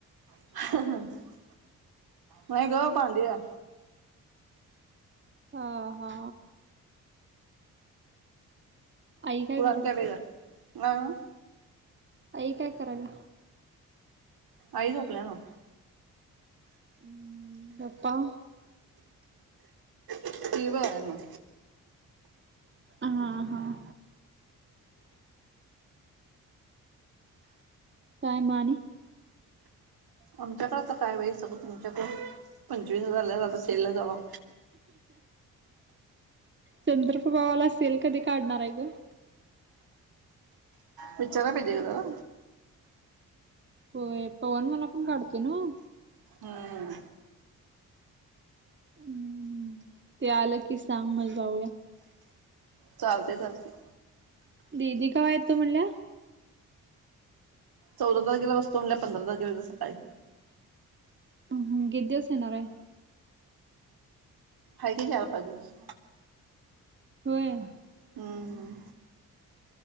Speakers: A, on the right (about 65°); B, on the right (about 30°).
A: <unintelligible> होय गं, बांधूया.
B: हा हा आई काय
A: पुरण
B: करायल्या
A: केलेला म
B: आई, काय करायल्या?
A: आई झोपल्या ना.
B: ऊं बप्पा.
A: टीव्ही बघालाय नवं.
B: आं हां. काय मग आणि,
A: आमच्याकडं आता काय बाई, सगळ तुमच्याकडं पंचवीस हजार लयज आता, सेल ला जावा.
B: चंद्रप्रभा वाला सेल, कधी काढणार आहे गं?
A: विचाराय पाहिजे गं जरा.
B: होय, पवन वाला पण काढतोय नं.
A: हं.
B: हम्म, ते आलं की सांग मल जाऊया.
A: चालतंय, चालतंय.
B: दीदी कवा येतो म्हणल्या?
A: चौदा तारखेला बसतो म्हणल्या, पंधरा तारखेला येत्या सकाळी.
B: ऊं हं गीत दिवस येणाराय?
A: हाय की चार-पाच दिवस.
B: व्हय.
A: हम्म